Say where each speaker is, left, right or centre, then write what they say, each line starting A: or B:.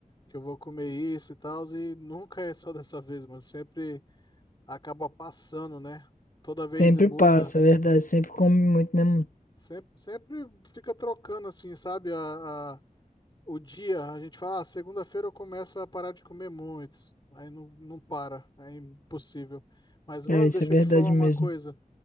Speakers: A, on the left (about 30°); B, on the left (about 65°).
A: que eu vou comer isso e tal. E nunca é só dessa vez, mano. Sempre acaba passando, né? Toda vez
B: Sempre
A: muda.
B: passa, é verdade. Sempre come muito, né, mano?
A: Sempre, sempre fica trocando, assim, sabe? a a- o dia, a gente fala, ah, segunda-feira eu começo a parar de comer muito. Aí não, não para, é impossível. Mas, mano,
B: É, isso
A: deixa
B: é verdade
A: eu te falar uma
B: mesmo.
A: coisa.